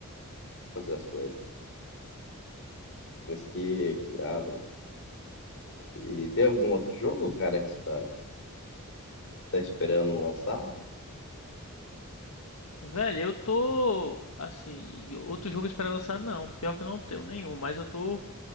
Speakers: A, on the left (about 60°); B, on the left (about 80°).
A: fazer as coisas. Mas que, que irado, mano. E tem algum outro jogo, cara, que você tá, tá esperando lançar?
B: Velho, eu tô assim, outro jogo esperando lançar não, pior que eu não tenho nenhum, mas eu tô